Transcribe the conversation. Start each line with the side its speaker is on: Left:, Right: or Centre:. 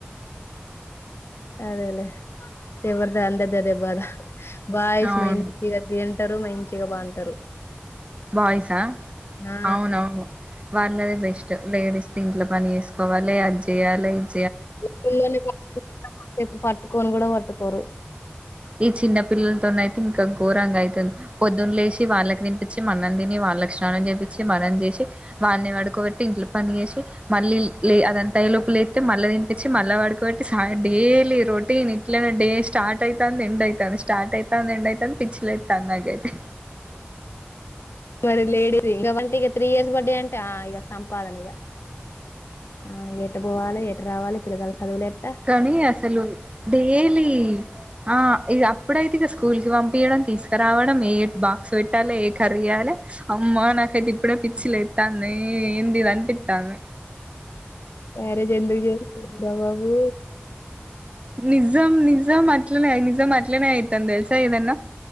Left: అరే ఎవరిది వాళ్ళది బాయ్స్
Right: అవును
Left: మంచిగా తింటరు మంచిగా ఉంటారు ఇగ పంటరు
Right: బాయ్స్
Left: ఆ
Right: అవునవును వాళ్ళదే బెస్ట్ లేడీస్ ఇంట్లో పని చేేసుకోవాలి అది చేయాలి చేేయాలై
Left: పిల్లల్ని పట్టుకోమంటే కాసేపు పట్టుకోమన్న పట్టుకోరు
Right: ఈ చిన్న పిల్లలతోన అయితే ఇంకా ఘోరంగా అయితుంది పొద్దున్న లే సి వాళ్ళకి తనిపించి మనం తిని వాళ్ళకి స్నానం చేపిచి మనం చేసి వాడి పడుకోబెట్టి ఇంట్లో పని వేసి మళ్ళీ లే అదంత తై లోపుల అతే మల్ల తినిపించి మళ్ళ పడుకోబెట్టి కాబట్టి డైలీ రొటీన్ ఇట్ల డే స్టార్ట్ అయితది స్టార్ట్ అయితాంది నేను అయితే స్టార్ట్ అయితే నేను అయితే నాకు పిచ్చి లేస్తుంది
Left: మరి లేడీస్ ఇకవంటే ఇక త్రీ ఇయర్స్ బర్డే అంటే ఇక సంపాదన ఇక ఆ ఎటు పోవాలి ఎటు రావాలి పిలగల సదువులు ఎట్లా రావాలి
Right: కనీ అసలు డేలీ ఆ ఇక అప్పుడైతే ఇక స్కూల్ కి పంపయడం తీసుకురావడం ఏ బాక్స్ పెట్టాలి ఏ కర్రీ చేయాలి అమ్మ నాకైతే ఇప్పుడే పిచ్చి లేస్తుంది పిచ్చి లేస్తుంది ఇది ఏందనిపిస్తుంది
Left: మ్యారేజ్ ఎందుకు చేసుకోకూడదు రా బాబు
Right: నిజం నిజం అట్లానే అయింది నేనాట్లనే అవుతాను తెలుసా ఏదన్నా